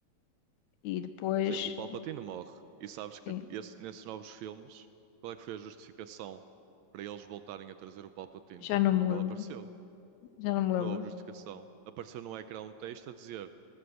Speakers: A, on the left (about 85°); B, on the right (about 85°).
A: E depois,
B: Sim, o Palpatine morre. E sabes que
A: sim,
B: esse- nesses novos filmes, qual é que foi a justificação para eles voltarem a trazer o Palpatine?
A: já não me lembro,
B: Ele apareceu.
A: já não me lembro.
B: Não houve justificação. Apareceu no ecrã um texto a dizer: